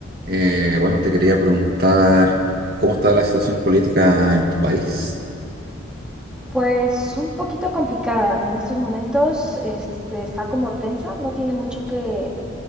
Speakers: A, on the right; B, in the centre.
A: Eh, bueno, te quería preguntar cómo está la situación política en tu país.
B: Pues un poquito complicada. En estos momentos este, está como tensa, no tiene mucho que...